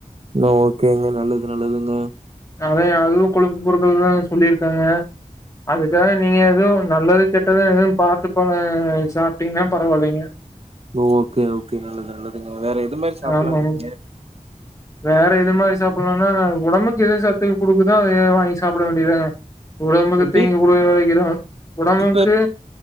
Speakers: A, on the right; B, on the left.
A: ஓகேங்க நல்லது நல்லதுங்க
B: அதா அதும் கொழுப்பு பொருட்கள்ன்தாங்க சொல்லிருக்காங்க அதுக்காக எதொ நல்லது கெட்டது எதும் பாத்து பல சாப்டீங்னா பரவால்லங்க
A: ஓகே ஓகே நல்லது நல்லதுங்க வேற எது மாரி சாப்லாங்றிகீங்க
B: ஆமா வேற எது மாரி சாப்டலானா ஒடம்புக்கு ந எது சத்து குடுக்குதோ அதய வாங்கி சாப்ட வேண்டியதுதான ஒடம்புக்கு
A: இப்ப
B: தீங்கு
A: பீட்
B: குடுக்க வக்கிதா ஒடம்புக்கு
A: இப்ப